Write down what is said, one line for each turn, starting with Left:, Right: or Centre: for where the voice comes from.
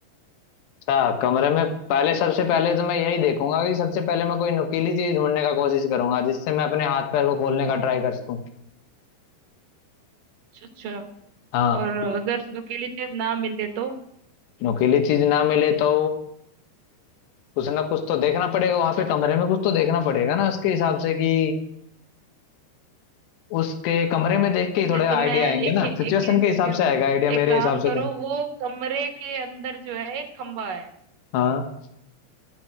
Left: अच्छा कमरे में पहले सबसे पहले तो मैं यही देखूंगा कि सबसे पहले मैं कोई नुकीली चीज ढूंढने का कोशिश करूंगा जिससे मैं अपने हाथ पैर को खोलने का ट्राई कर सकूं
Right: अच्छा
Left: हाँ
Right: और अगर नुकीली चीज ना मिले तो
Left: नुकीली चीज ना मिले तो कुछ ना कुछ तो देखना पड़ेगा वहां पे कमरे में कुछ तो देखना पड़ेगा ना उसके हिसाब से कि उसके कमरे में देख के
Right: ठीक
Left: ही थोड़े
Right: है
Left: आइडिया
Right: तो मैं
Left: आएंगे
Right: एक
Left: ना
Right: एक
Left: सिचुएशन
Right: चीज
Left: के
Right: देती
Left: हिसाब
Right: हूँ
Left: से आएगा आइडिया मेरे
Right: एक काम
Left: हिसाब से
Right: करो
Left: तो
Right: वो कमरे के अंदर जो है एक खंबा है
Left: हाँ